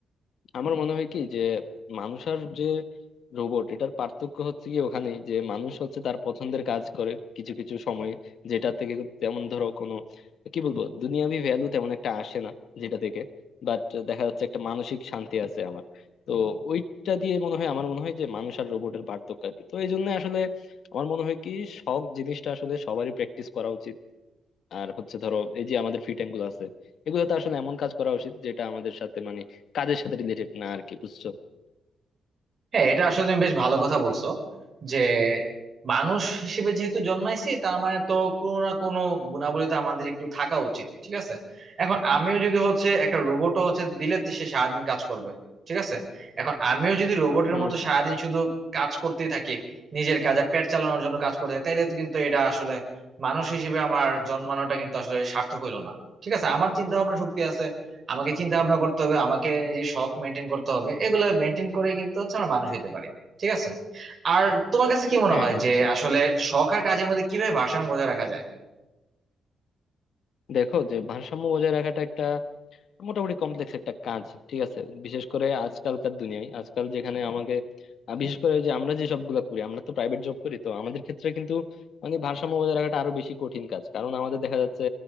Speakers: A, on the left; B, on the right.
A: আমার মনে হয় কি যে মানুষ আর যে রোবট এটার পার্থক্য হচ্ছে কি ওখানে যে মানুষ হচ্ছে তার পছন্দের কাজ করে কিছু কিছু সময়ে যেটা থেকে তেমন ধরো কোনো কি বলবো দুনিয়াবি ভ্যালু তেমন একটা আসে না যেটা থেকে বাট দেখা যাচ্ছে একটা মানসিক শান্তি আছে আমার তো ওইটা দিয়ে মনে হয় আমার মনে হয় যে মানুষ আর রোবটের পার্থক্য আর কি তো এই জন্য আসলে আমার মনে হয় কি শখ জিনিসটা আসলে সবারই প্র্যাকটিস করা উচিত আর হচ্ছে ধরো এই যে আমাদের ফ্রি টাইম গুলো আছে এগুলোতে আসলে এমন কাজ করা উচিত যেটা আমাদের সাথে মানে কাজের সাথে রিলেটেড না আর কি বুঝছো
B: হ্যাঁ এটা আসলে তুমি বেশ ভালো কথা বলছো যে মানুষ হিসেবে যেহেতু জন্মাইছি তার মানে তো কোনো না কোনো গুণাবলী তো আমাদের একটু থাকা উচিত ঠিক আছে এখন আমিও যদি হচ্ছে একটা রোবটও হচ্ছে দিলে তো সে সারাদিন কাজ করবে ঠিক আছে এখন আমিও যদি রোবটের
A: হুম
B: মতো
A: হুম
B: সারাদিন শুধু কাজ করতেই থাকি নিজের কাজে পেট চালানোর জন্য কাজ করতে থাকি তাহলে তো কিন্তু এটা আসলে মানুষ হিসেবে আমার জন্মানোটা কিন্তু আসলে সার্থক হইলো না ঠিক আছে আমার চিন্তা ভাবনা শক্তি আছে আমাকে চিন্তা ভাবনা করতে হবে আমাকে নিজের শখ মেনটেন করতে হবে এগুলো মেনটেন করে কিন্তু হচ্ছে আমরা মানুষ হইতে পারি ঠিক আছে আর তোমার কাছে কি মনে
A: হ্যাঁ
B: হয়
A: হ্যাঁ
B: যে
A: এটা ঠিক
B: আসলে
A: বলছো
B: শখ আর কাজের মধ্যে কিভাবে ভারসাম্য বজায় রাখা যায়
A: দেখো যে ভারসাম্য বজায় রাখাটা একটা মোটামুটি কমপ্লেক্স একটা কাজ ঠিক আছে বিশেষ করে আজকালকার দুনিয়ায় আজকাল যেখানে আমাকে আহ, বিশেষ করে যে আমরা যে সবগুলা করি আমরা তো প্রাইভেট জব করি তো আমাদের ক্ষেত্রে কিন্তু মানে ভারসাম্য বজায় রাখাটা আরো বেশি কঠিন কাজ কারণ আমাদের দেখা যাচ্ছে